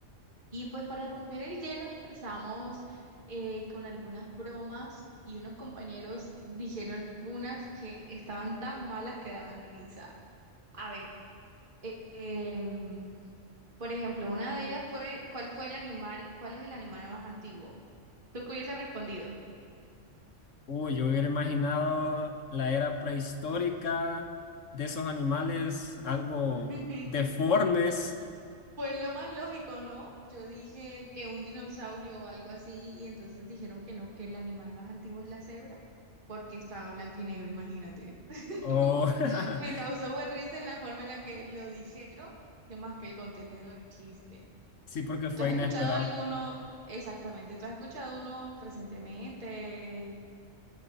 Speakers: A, on the right; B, on the left.
A: y pues para romper el hielo empezamos eh, con algunas bromas y unos compañeros dijeron unas que estaban tan malas que daban risa. A ver, eh, em, por ejemplo, una de ellas fue, ¿cuál fue el animal, cuál es el animal más antiguo? ¿Tú qué hubiese respondido?
B: Uy, yo hubiera imaginado la era prehistórica de esos animales algo
A: <laughs>
B: deformes
A: Pues lo más lógico, ¿no? Yo dije que un dinosaurio o algo así, y entonces dijeron que no, que el animal más antiguo es la cebra, porque estaba blanco y negro, imagínate. <laughs>
B: o <laughs>
A: Me causó fue risa en la forma en la que lo dijeron, que más que el contenido del chiste.
B: sí, porque fue
A: ¿Tú has escuchado
B: inesperado.
A: alguno? Exactamente, ¿tú has escuchado uno recientemente?